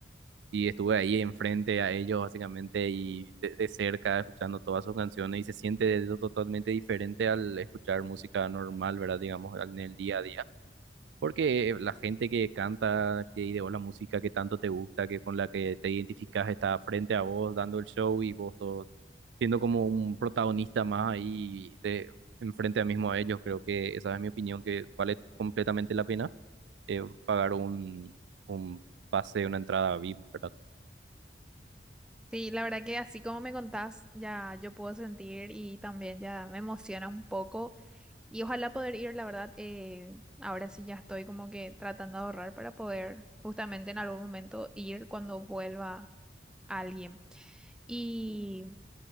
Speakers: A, on the right; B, in the centre.
A: y estuve ahí enfrente a ellos básicamente y de, de cerca escuchando todas sus canciones y se siente eso totalmente diferente al escuchar música normal, ¿verdad? Digamos, al- en el día a día. Porque la gente que canta, que ideó la música que tanto te gusta, que con la que te identificas, está frente a vos dando el show y vos todos siendo como un protagonista más ahí de enfrente a mismo a ellos. Creo que esa es mi opinión, que vale completamente la pena eh, pagar un, un pase, una entrada VIP, ¿verdad?
B: Sí, la verdad que así como me contás, ya yo puedo sentir y también ya me emociona un poco. Y ojalá poder ir, la verdad, eh, ahora sí ya estoy como que tratando de ahorrar para poder justamente en algún momento ir cuando vuelva alguien. ¿Y